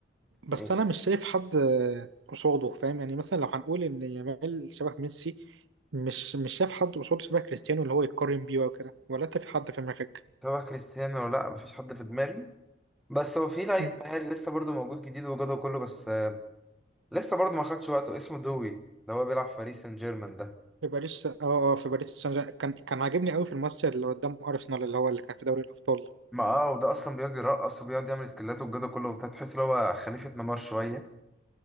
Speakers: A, on the right; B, in the centre.
A: بس
B: يعني
A: انا مش شايف حد آه، قصاده فاهم يعني مثلا لو هنقول ان يامال شبه ميسي مش مش شايف حد قصاده شبه كريستيانو اللي هو يتقارن بيه وكده ولا انت في حد في دماغك
B: سواء كريستيانو ولا لا مفيش حد في دماغي بس هو في لعيب
A: مم.
B: مهاري لسه برضه موجود جديد وجوده كله بس آه، لسه برضه ما خدش وقته اسمه دوي اللي هو بيلعب في باريس سان جيرمان ده
A: في باريس اه آه، في باريس سان جيرمان كان كان عاجبني قوي في الماتش اللي قدام ارسنال اللي هو اللي كان في دوري الابطال
B: ما اه وده اصلا بيقعد يرقص وبيقعد يعمل سكيلات وجوده كله وبتاع تحس ان هو خليفه نيمار شويه